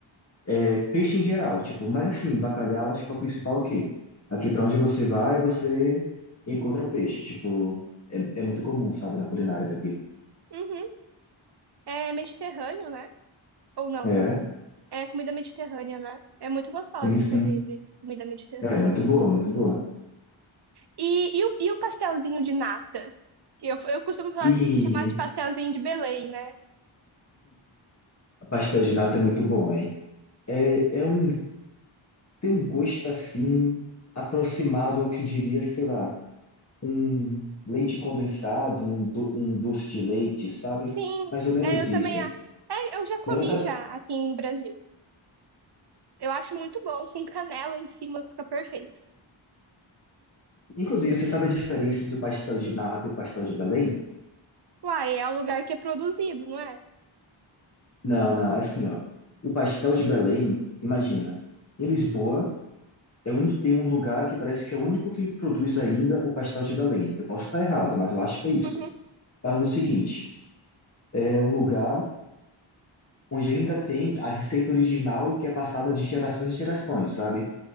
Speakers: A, on the left; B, on the right.
A: É, peixe em geral, tipo, mas assim, bacalhau acho que é o principal aqui. Aqui para onde você vai, você encontra peixe. Tipo, é, é muito comum, sabe, na culinária daqui.
B: Uhum. É mediterrâneo, né? Ou não?
A: É,
B: É comida mediterrânea, né? É muito gostosa,
A: sim, sim.
B: inclusive, comida mediterrânea.
A: É, muito boa, muito boa.
B: E, e, o, e o pastelzinho de nata? Eu, eu costumo falar-
A: E
B: chamar de pastelzinho de Belém, né?
A: a pastel de nata é muito bom, hein? É, é um, tem um gosto assim, aproximado ao que eu diria, sei lá, um leite condensado, um, do- um doce de leite, sabe?
B: Sim,
A: Mais ou menos
B: é, eu
A: isso.
B: também. a- É, eu já comi
A: Não é exa-
B: já aqui no Brasil. Eu acho muito bom, com canela em cima fica perfeito.
A: Inclusive, você sabe a diferença entre o pastel de nata e o pastel de Belém?
B: Uai, é o lugar que é produzido, não é?
A: Não, não, é assim, ó. O pastel de Belém, imagina, em Lisboa, é um tem um lugar que parece que é o único que produz ainda o pastel de Belém. Eu posso estar errado, mas eu acho que é isso.
B: Uhum,
A: É o seguinte, é um lugar onde ainda tem a receita original que é passada de gerações em gerações, sabe?